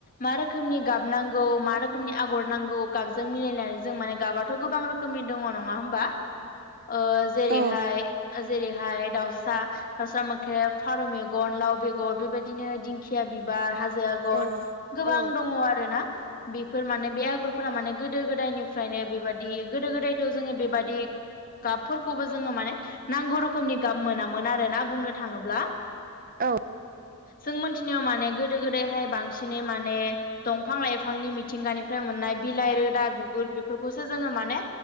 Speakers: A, on the left; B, on the right.
A: मा रोखोमनि गाब नांगौ मा रोखोमनि आगर नांगौ गाबजों मिलायनानै जों माने गाबाथ' गोबां रोखोमनि दङ नङा होमबा ओ जेरैहाय
B: औ
A: ओ जेरैहाय दाउसा दावसा मोख्रेब फारौ मेगन लाव बेगर बेबादिनो दिंखिया बिबार हाज जो आगर
B: औ
A: गोबां
B: औ
A: दङ आरोना बिफोर माने बे आगर फोरा माने गोदो गोदायनिफ्रायनो बेबादि गोदो गोदायथ' जोङो बेबादि गाबफोरखौबो जोङो माने नांगौ रोखोमनि गाब मोनामोन आरोना बुंनो थाङोब्ला
B: औ
A: जों मोनथिनायाव माने गोदो गोदायहाय बांसिनै माने दंफां लाइफांनि मिथिंगानिफ्राय मोननाय बिलाइ रोदा बिगुर बिफोरखौसो जोङो माने